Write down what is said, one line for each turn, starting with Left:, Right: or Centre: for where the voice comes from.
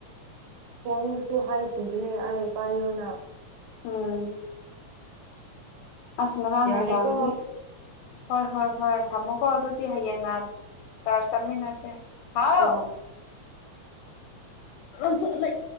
Right: ꯁ꯭ꯋꯥꯡꯗꯁꯨ ꯍꯥꯏꯈꯤꯕꯅꯦ ꯑꯩ ꯄꯥꯏꯌꯣꯅ
Left: ꯎꯝ ꯑꯁ ꯉꯔꯥꯡ
Right: ꯌꯥꯔꯦꯀꯣ
Left: ꯅꯨꯡꯗꯥꯡꯗꯤ ꯍꯣꯏ ꯍꯣꯏ ꯍꯣꯏ ꯊꯝꯃꯣꯀꯣ ꯑꯗꯨꯗꯤ ꯍꯌꯦꯡꯅ ꯆꯥꯔꯖ ꯆꯠꯃꯤꯟꯅꯁꯦ ꯍꯥꯎ
Right: ꯑꯣ
Left: ꯑꯝꯊ ꯂꯩ